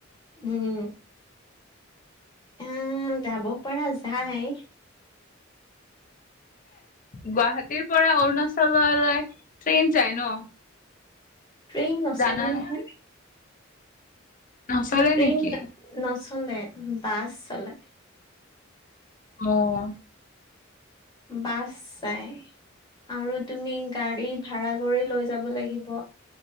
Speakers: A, on the left; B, on the left.
A: উম, আহ যাব পৰা যাই।
B: গুৱাহাটীৰ পৰা অৰুণাচললৈ ট্ৰেইন যাই ন।
A: ট্ৰেইন নচলে
B: জানানে
A: নহয়।
B: নচলে
A: ট্ৰেইন
B: নেকি।
A: নচলে বাছ চলে।
B: অহ।
A: বাছ যাই। আৰু তুমি গাড়ী ভাড়া কৰি লৈ যাব লাগিব।